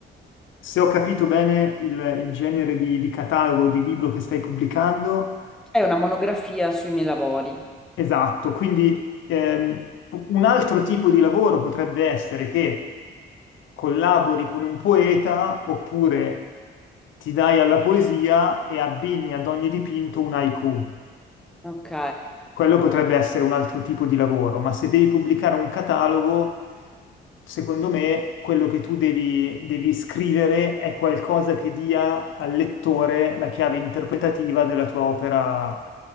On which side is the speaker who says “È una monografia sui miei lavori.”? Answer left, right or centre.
Centre